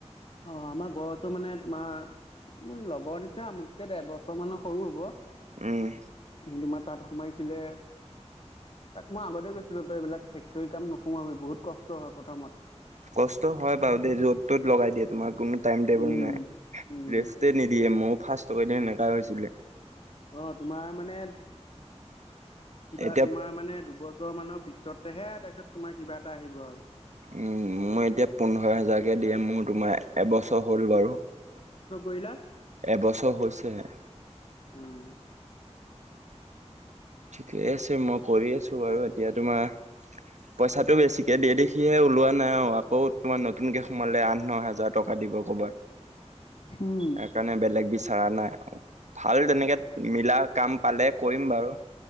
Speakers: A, on the left; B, on the right.
A: অ', আমাৰ ঘৰতো মানে তোমাৰ মোৰ লগৰ নিচিনা, মোতকে ডেৰ বছৰ মানৰ সৰু হ'ব।
B: উম।
A: সি তোমাৰ তাত সোমাইছিলে, তাক মই আগতেই কৈছিলোঁ, তই এইবিলাক ফেক্টৰী কাম নোসোমাবি, বহুত কষ্ট হয় প্ৰথমত
B: কষ্ট হয় বাৰু দেই, য'ত ত'ত লগাই দিয়ে তোমাৰ। কোনো টাইম টেবুল
A: উম
B: নাই,
A: উম
B: ৰেষ্টেইনিদিয়ে, ময়ো ফ্ৰাষ্টৰ কেইদিন সেনেকাই হৈছিলে।
A: অ', তোমাৰ মানে কিবা
B: এতিয়া
A: তোমাৰ মানে দুবছৰ মানৰ পিছতেহে, তাৰপিছত তোমাৰ কিবা এটা আহিব আৰু।
B: উম, মোৰ এতিয়া পোন্ধৰ হোজাৰকে দিয়ে। মোৰ তোমাৰ এবছৰ হ'ল বাৰু।
A: ফুৰিলা?
B: এবছৰ হৈছেহে।
A: উম।
B: ঠিকে আছে মই কৰি আছোঁ বাৰু। এতিয়া তোমাৰ পইচাটো বেছিকে দিয়ে দেখি ওলোৱা নাই আৰু, আকৌ তোমাৰ নতুনকে সোমালে আঠ ন' হাজাৰ টকা দি দিব ক'ৰবাত।
A: উম
B: সেইকাৰণে বেলেগ বিচৰা নাই আৰু। ভাল তেনেকে মিলা কাম পালে কৰিম বাৰু।